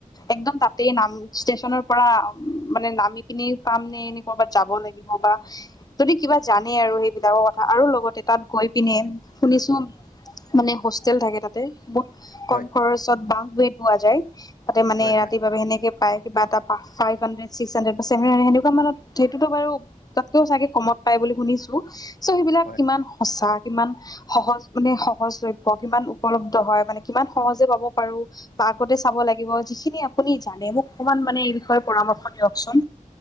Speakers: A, on the left; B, on the left.
A: একদম তাতেই নাম ষ্টেচনৰ পৰা মানে নামি পিনি পামনে এনে ক'বাত যাব লাগিব বা যদি কিবা জানে আৰু সেইবিলাকৰ কথা আৰু লগতে তাত গৈ পিনে শুনিছো মানে হোষ্টেল থাকে তাতে। বহুত কম
B: হয়
A: খৰচত বাহ বেত পোৱা যায় তাতে মানে
B: হয়
A: ৰাতিৰ বাবে সেনেকে পাই কিবা এটা ফাইভ হানড্ৰেদ ছিক্স হানড্ৰেট বা ছেভেন হাইড্ৰেট কেনেকুৱা মানত সেটোটো বাৰু তাতকেও চাগে কমত পাই বুলি শুনিছো চ' সেইবিলাক
B: হয়
A: কিমান সঁচা কিমান সহজ মানে সহজলভ্য কিমান উপলব্ধ হয় মানে কিমান সহজে পাব পাৰো বা আগতে চাব লাগিব যিখিনি আপুনি জানে মোক অকমান মানে এই বিষয়ে পৰামৰ্শ দিয়কচোন।